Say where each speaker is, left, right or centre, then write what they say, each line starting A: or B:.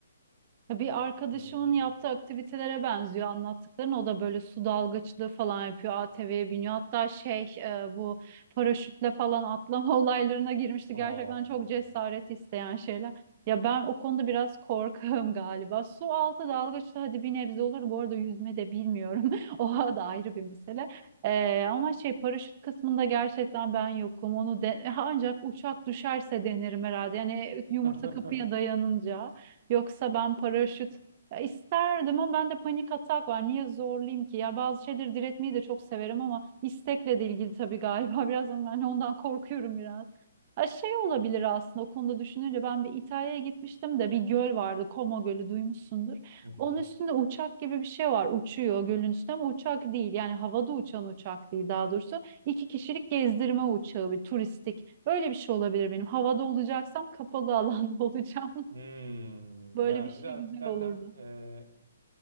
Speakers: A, on the right; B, on the right.
A: Ya Bir arkadaşımın
B: Ee,
A: yaptığı aktivitelere benziyor anlattıkların. O da böyle su dalgıçlığı falan yapıyor. ATV'ye biniyor. Hatta şey e, bu paraşütle falan atlama <laughs> olaylarına girmişti.
B: aa.
A: Gerçekten çok cesaret isteyen şeyler. Ya ben o konuda biraz korkağım galiba. Su altı dalgıçlığı hadi bir nebze olur. Bu arada yüzme de bilmiyorum. <laughs> O da ayrı bir mesele. E, ama şey paraşüt kısmında gerçekten ben yokum. Onu de- <laughs> ancak uçak düşerse denerim herhalde. Yani
B: <laughs>
A: yumurta kapıya dayanınca. Yoksa ben paraşüt ya isterdim ama ben de panik atak var. Niye zorlayayım ki? Ya bazı şeyleri diretmeyi de çok severim ama istekle de ilgili tabii galiba. <laughs> Biraz ama ben ondan korkuyorum biraz. Ha şey olabilir aslında o konuda düşününce ben bir İtalya'ya gitmiştim de bir göl vardı. Como Gölü duymuşsundur.
B: Hı hı.
A: Onun üstünde uçak gibi bir şey var. Uçuyor gölün üstünde ama uçak değil. Yani havada uçan uçak değil daha doğrusu. İki kişilik gezdirme uçağı bir turistik. Öyle bir şey olabilir benim. Havada olacaksam kapalı alanda <laughs> olacağım.
B: Hmm,
A: Böyle
B: ya
A: bir şey
B: biraz
A: güzel
B: zaten
A: olurdu.
B: e,